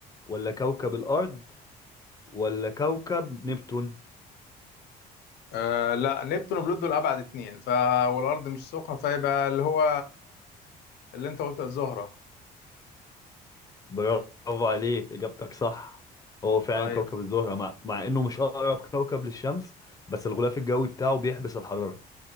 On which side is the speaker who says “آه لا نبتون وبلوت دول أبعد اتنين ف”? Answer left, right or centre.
Left